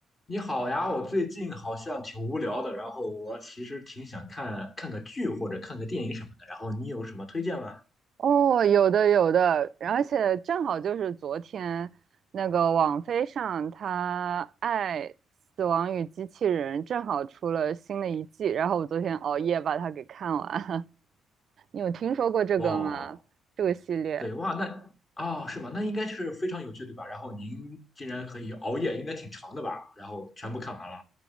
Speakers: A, on the left (about 30°); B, on the right (about 60°).
A: 你好呀，我最近好像挺无聊的，然后我其实挺想看看个剧或者看个电影什么的，然后你有什么推荐吗？
B: 哦，有的有的，而且正好就是昨天那个网飞上，它《爱死亡与机器人》正好出了新的一季，然后我昨天熬夜把它给看完了。<laughs> 你有听说过这个吗？
A: 哇，
B: 这个系列？
A: 对哇，那哦是吗？那应该是非常有趣对吧？然后您竟然可以熬夜，应该挺长的吧？然后全部看完了。